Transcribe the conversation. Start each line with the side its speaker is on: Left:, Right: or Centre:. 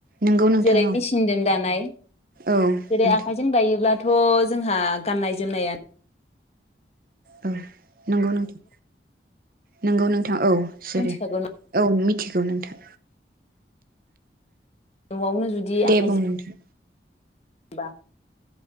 Right: नंगौ नोंथां
Left: जेरै
Right: औ
Left: मेसिनजों दानाय <inaudible>
Right: औ
Left: जेरै
Right: नोंथां
Left: आखायजों दायोब्ला दाथ जोंहा गाननाय जोमनायानो
Right: औ नोंगौ नोथां नोंगौ नों थां औ
Left: गोबां
Right: सेरो
Left: मिथिखागौ
Right: औ मित मिथिगौ नोंथां
Left: नआवनो जुदि
Right: दे
Left: आखाइजों
Right: बुं नोंथां
Left: बा